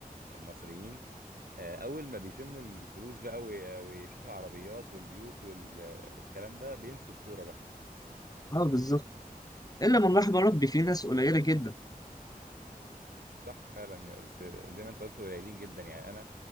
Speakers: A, on the right; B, on the left.
A: المصريين آه، اول ما بيشموا الفلوس بقى وي- ويشوفوا العربيات والبيوت والكلام ده بينسوا الكوره بقى
B: اه بالظبط الا من رحم ربي في ناس قليلة جدا
A: صح فعلا بس زي ما انت قلت قليلين جدا يعني انا